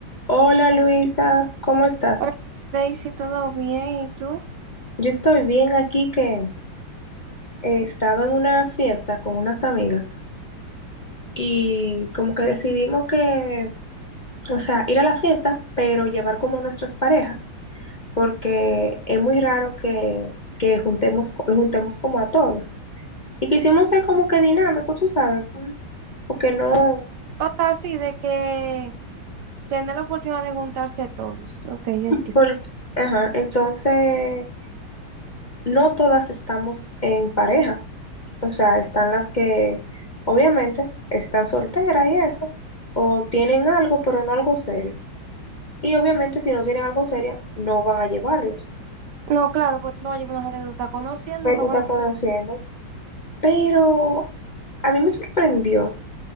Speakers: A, on the left; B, on the right.
A: Hola Luisa, ¿cómo estás?
B: Hola, Tracy, ¿todo bien? ¿Y tú?
A: Yo estoy bien aquí que eh, estaba en una fiesta con unas amigas y como que decidimos que, o sea, ir a la fiesta, pero llevar como nuestras parejas, porque es muy raro que, que juntemos, co- los juntemos como a todos. Y quisimos ser como que dinámico, tú sabes, mm, porque no,
B: O sea, sí, de que tener la oportunidad de juntarse todos. Ok, yo entiendo.
A: bueno, ajá, entonces... no todas estamos en pareja. O sea, están las que obviamente están solteras y eso, o tienen algo, pero no algo serio. Y obviamente si no tienen algo serio, no van a llevarlos.
B: No, claro, pues tú no vas a llevar una gente que tú estás conociendo,
A: Que
B: no
A: tú estás
B: vayas.
A: conociendo. Pero a mí me sorprendió